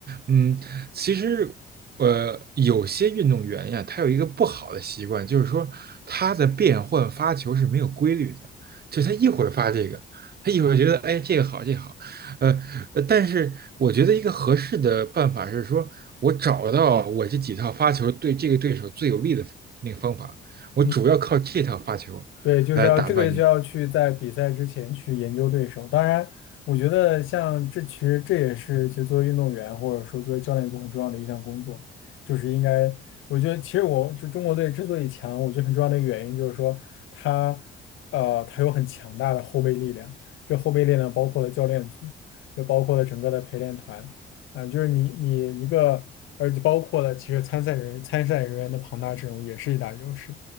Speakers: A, on the right; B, on the left.
A: 嗯，其实呃，有些运动员呀，他有一个不好的习惯，就是说他的变换发球是没有规律的，就他一会儿发这个，他一会儿觉得哎这个好这个好，呃，呃但是我觉得一个合适的办法是说，我找到我这几套发球对这个对手最有利的那个方法，我主要靠这套发球来打败你。
B: 嗯。对，就是要这个就要去在比赛之前去研究对手。当然，我觉得像这其实这也是就作为运动员或者说作为教练组很重要的一项工作，就是应该我觉得其实我就中国队之所以强，我觉得很重要的一个原因就是说他呃他有很强大的后备力量，这后备力量包括了教练组，也包括了整个的陪练团啊、就是你你一个而且包括了其实参赛人参赛人员的庞大阵容也是一大优势。